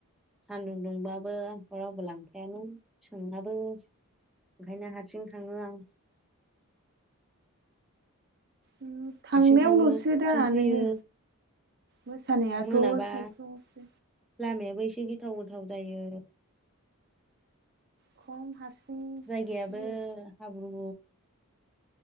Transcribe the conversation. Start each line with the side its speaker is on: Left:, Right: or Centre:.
Centre: सान्दुं दुंबाबो आंखौ रावबो लांफायानो सोंनाबो ओंखायनो हारसिं थाङो आं
Right: ओम थांनायावल'सो
Centre: हारसिं थाङो हारसिं
Right: दा
Centre: फैयो
Right: नोङो मोसानायाथ'
Centre: मोनाबा
Right: सायख्लुमसो
Centre: लामायाबो एसे गिथाव गोथाव जायो
Right: खम हारसिं
Centre: जायगायाबो
Right: जिन
Centre: हाब्रु